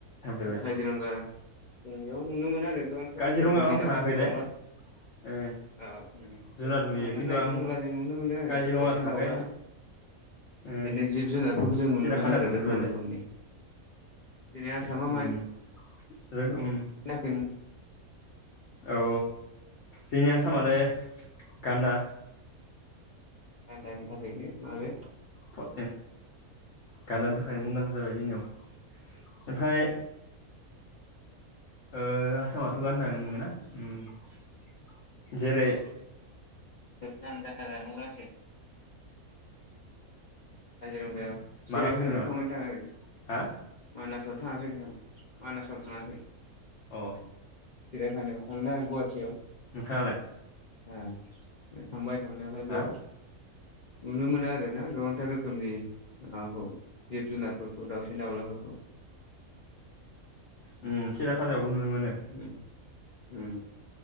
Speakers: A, on the left; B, on the left.
A: थांफेरबाय
B: काजिरंगा जों बेयाव नुनो मोनो आरो गोबांथार
A: काजिरङायाव
B: रोखोमनि
A: आं थाङाखै
B: दाउसिन दाउला
A: दे ओ
B: औ नंगौ
A: जुनार
B: जरै
A: नुयो
B: थांनानै
A: खिन्थु
B: नायगोन
A: आं
B: अब्ला जों नुनो मोनगोन
A: काजिरङा
B: दाउसिन
A: थाङाखै
B: दाउला
A: ओ
B: बिदिनो जिब जुनारफोरखौ जों नुनो
A: सिराखानायाव
B: मोनो आरो
A: थांफेरबाय
B: रोखोम
A: दे
B: रोखोमनि दिनै आसाम
A: उम
B: मानि
A: उम
B: थाखाय
A: औ जोंनि आसामालाय गान्दा
B: गान्दानि थाखायनो माबे
A: थ' ओ गान्दानि थाखायनो मुंदांखा जाबाय जोंनियाव ओमफ्राय ओ आसामावथ' गानदा नुनो मोनो ना उम जेरै
B: नामजादा नंगो आसो- <unintelligible> काजिरंगायाव सिरियाखानायावथ'
A: माना फैखो नामा
B: थांबायनो थाखायो
A: हा
B: मानासाव थाङाखै नोंथां मानासाव थाङाखै
A: औ
B: सिरियाखानायाव थांना गुवाहाटियाव
A: नोंथाङालाय
B: ओ थांबाय थांनायालाय
A: हा
B: बेयाव नुनो मोनो आरो ना गोबांथार रोखोमनि माबाखौ जिब जुनारफोरखौ दाउसिन दाउलाफोरखौ
A: उम सिरियाखानायावबो नुनो मोनो
B: उम उम